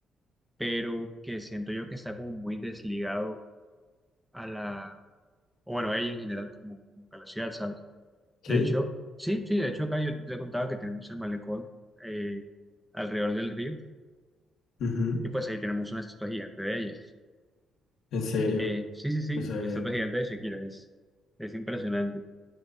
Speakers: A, in the centre; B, on the left.
A: pero que siento yo que está como muy desligado a la, o bueno, a ella en general como, como a la ciudad, ¿sabes?
B: ¿Sí?
A: De hecho, sí, sí, de hecho acá yo te contaba que tenemos el malecón eh, alrededor del río
B: ujú,
A: y pues ahí tenemos una estatua gigante de ella.
B: En serio,
A: Eh, sí, sí, sí,
B: no sabía.
A: una estatua gigante de Shakira, es, es impresionante.